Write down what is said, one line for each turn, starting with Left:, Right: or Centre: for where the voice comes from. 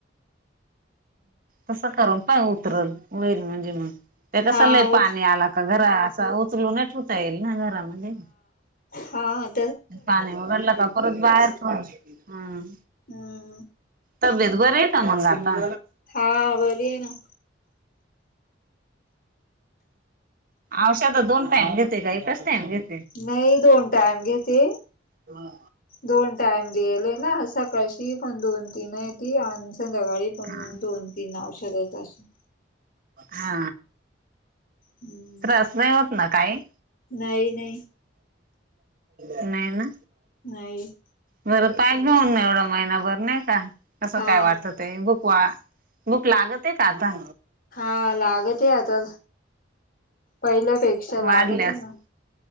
Right: तसं करून पण उतरल होईल म्हणजे मग. ते
Left: हा
Right: कसं लय पाणी
Left: उद्या
Right: आला घरा असं उचलू न ठेवता येईल ना घरामध्ये
Left: हां
Right: पाणी उगडलं का परत बाहेर प हम्म
Left: हम
Right: तब्येत बर आहे का मंग आता?
Left: हा बरी आहे ना.
Right: अवशद दोन टाइम घेतेय का एकच टाइम घेत
Left: नाही दोन टाइम घेते,
Right: हा
Left: दोन टाइम दियाल ना सका कळशी पण दोन तीन आहे ती आणि संध्याकाळी पण
Right: हा
Left: दोन तीन औषध आहेत अशी.
Right: हा
Left: हम्म
Right: तरास नाही होत ना काही?
Left: नाही नाही
Right: नाही ना?
Left: नाही.
Right: बरं पाय घेऊन ना एवढा महिनाभर नाही का? कसं
Left: हा
Right: काय वाटत ते बुक वा, बुक लागत ए का आता?
Left: हा, लागतये आता. पहिल्यापेक्षा
Right: वाढल्यास
Left: लागत येना.